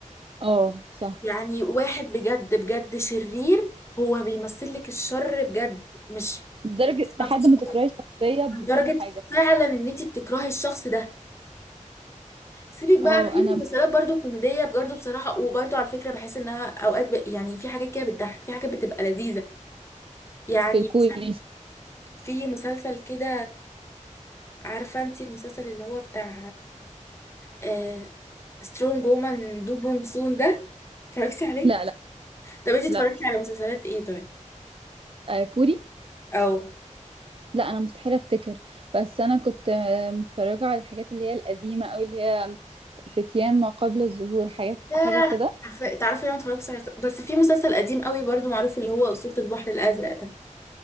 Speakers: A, on the right (about 45°); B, on the left (about 20°).
A: اه صح
B: يعني واحد بجد بجد شرير هو بيمثل لك الشر بجد مش
A: لدرجة لحد
B: مفيش
A: ما تكرهي
B: غير-
A: الشخصية بكل
B: لدرجة
A: حاجة
B: فعلا ان انت بتكرهي الشخص ده سيبك بقى
A: اه
B: في
A: انا
B: مسلسلات برضو كوميدية برضو بصراحة وبرضو على فكرة بحس انها اوقات ب... يعني في حاجات كده بتضحك في حاجات بتبقى لذيذة يعني
A: في الكوري
B: مثلا في مسلسل كده عارفة انت المسلسل اللي هو بتاع آه... سترونج وومن دو بونج سون ده اتفرجتي عليه؟
A: لا لا
B: طب انت اتفرجتي
A: لا
B: على مسلسلات ايه طيب؟
A: آه كوري
B: او
A: لا انا مستحيل افتكر بس انا كنت آه، متفرجة على الحاجات اللي هي القديمة او اللي هي فتيان ما قبل الظهور حاجات
B: ياه
A: حاجة كده
B: عارفه تعرفي انا ما اتفرجتش على بس في مسلسل قديم قوي برضو معروف اللي هو أسطورة البحر الأزرق ده